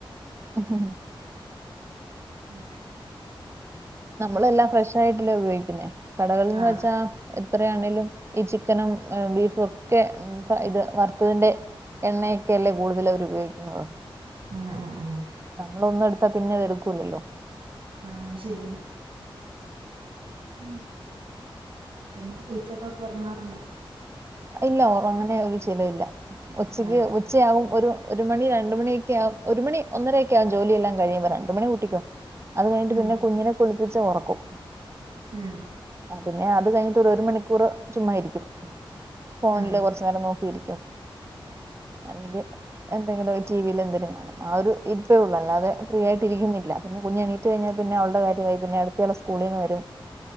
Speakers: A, on the right; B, on the right.
A: ഉം.
B: ഉ
A: നമ്മളെല്ലാം ഫ്രഷ് ആയിട്ടില്ലേ ഉപയോഗിക്കുന്നേ കടകളന്ന്
B: ആ
A: വെച്ചാ എത്രയാണെങ്കലും ഈ ചിക്കനും ബീഫും ഒക്കെ ഇത് വറുത്തതിന്റെ എണ്ണയൊക്കെല്ലേ കൂടുതൽ അവർ ഉപയോഗിക്കുന്നത്
B: ഉം ഉം ഉം
A: നമ്മള ഒന്നും എടുത്താ പിന്നെ അത് എടുക്കൂല്ലല്ലോ
B: ആ ശരിയാണ് ഉം പിന്നെ ഉച്ചക്കൊക്കെ ഉറങ്ങാറുണ്ടോ
A: ഇല്ല അങ്ങനെ ഒരു ചില ഇല്ല ഉച്ചയ്ക്ക്
B: ആ
A: ഉച്ചയാകും ഒരു ഒരു മണി രണ്ടു മണിയൊക്കെ ആ ഒരു മണി ഒന്നര ഒക്കെ ആകും ജോലിയെല്ലാം കഴിയുമ്പോ രണ്ട് മണി കൂട്ടിക്കോ അത് കഴിഞ്ഞിട്ട്
B: ഉം
A: പിന്നെ കുഞ്ഞിനെ കുളിപ്പിച്ച് ഉറക്കും
B: ഉം
A: പിന്നെ അത് കഴിഞ്ഞിട്ട് ഒരു മണിക്കൂറ് ചുമ ഇരിക്കും ഫോണില്
B: ഉം
A: കുറച്ചു നേരം നോ ശരിക്കും അല്ലെങ്കിൽ എന്തെങ്കിലും ടിവിയിൽ എന്തേലും കാണും ആ ഒരു ഇരിപ്പേ ഉള്ളൂ അല്ലാതെ ഫ്രീ ആയിട്ട് ഇരിക്കുന്നില്ല പിന്നെ കുഞ്ഞ് എണീറ്റ് കഴിഞ്ഞാൽ പിന്നെ അവളുടെ കാര്യമായി പിന്നെ അടുത്ത ആള്സ്കൂളിന്ന് വരും